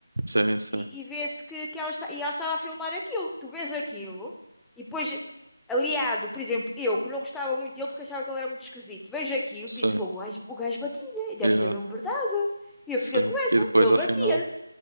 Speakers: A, on the right; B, in the centre.
A: Sim, sim.
B: e, e vê-se que, que ela está, e ela estava a filmar aquilo. Tu vês aquilo e depois, aliado, por exemplo, eu que não gostava muito dele porque achava que ele era muito esquisito, vejo aquilo
A: Sim.
B: e disse: Fogo, o gajo, o gajo batia-lhe, e deve
A: Yeah.
B: ser mesmo verdade. E eu
A: Sim.
B: fiquei com essa,
A: E depois,
B: ele
A: afinal.
B: batia-lhe.